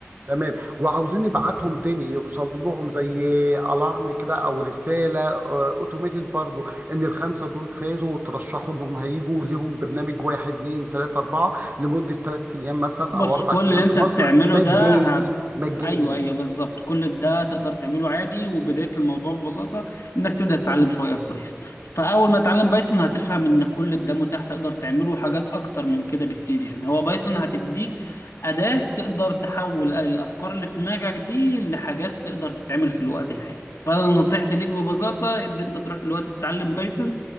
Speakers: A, on the right; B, on the left.
A: تمام وعاوزين نبعتهم تاني يوصل لهم زي الارم كده او رساله اوتوماتيد برضو ان الخمسه دول فازوا وترشحوا انهم هيجوا ليهم برنامج واحد اتنين تلاته اربعه لمده تلات ايام مثلا
B: بص
A: او اربع
B: كل
A: ايام
B: اللي انت
A: في مصر
B: بتعمله
A: مجاني
B: ده
A: مجاني
B: ايوه ايوه بالظبط كل ده تقدر تعمله عادي وبدايه الموضوع ببساطه انك تبدا تتعلم شويه في بايثون فاول ما تتعلم بايثون هتفهم ان كل ده متاح تقدر تعمله حاجات اكتر من كده بكتير يعني هو بايثون هتديك اداه تقدر تحول الافكار اللي في دماغك دي لحاجات تقدر تتعمل في الوقت الحالي فانا نصيحتي ليك ببساطه ان انت تروح دلوقتي تتعلم بايثون